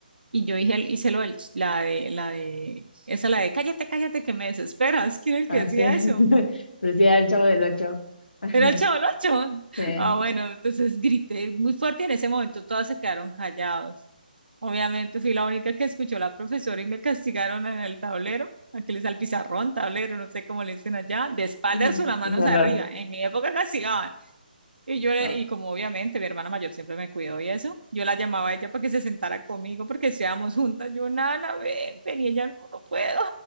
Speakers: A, on the right; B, on the left.
A: y yo dije, hice lo del, ch- la de, la de, esa la de, cállate, cállate, que me desesperas. ¿Quién era el
B: ah,
A: que decía
B: sí. <laughs>
A: eso?
B: Decía el Chavo del Ocho. Ajá,
A: Era el chavo ocho
B: Sí,
A: Ah, bueno, entonces grité muy fuerte y en ese momento todas se quedaron callados. Obviamente fui la única que escuchó la profesora y me castigaron en el tablero. Aquí les al pizarrón, tablero, no sé cómo le dicen allá, de espaldas
B: ujú,
A: o las manos
B: es verdad.
A: arriba. En mi época castigaban. Y yo le-
B: Ah,
A: y como obviamente mi hermana mayor siempre me cuidó y eso, yo la llamaba a ella para que se sentara conmigo porque estábamos juntas. Yo, Nana, ven, ven, y ella, no, no puedo.